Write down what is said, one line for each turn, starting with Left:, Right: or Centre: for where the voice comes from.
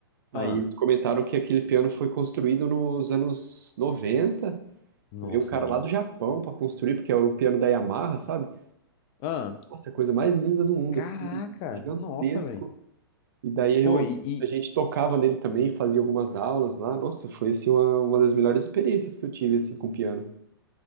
Right: Aí
Left: Ah,
Right: eles comentaram que aquele piano foi construído nos anos noventa
Left: nossa,
Right: Veio um cara
Left: mano.
Right: lá do Japão para construir, porque era um piano da Yamaha, sabe?
Left: Ah,
Right: Nossa, a coisa mais linda do mundo,
Left: caraca.
Right: assim, gigantesco.
Left: Nossa, velho.
Right: E daí
Left: Pô,
Right: eu,
Left: e,
Right: a gente tocava nele também, fazia algumas aulas lá. Nossa, foi assim, uma, uma das melhores experiências que eu tive assim com piano.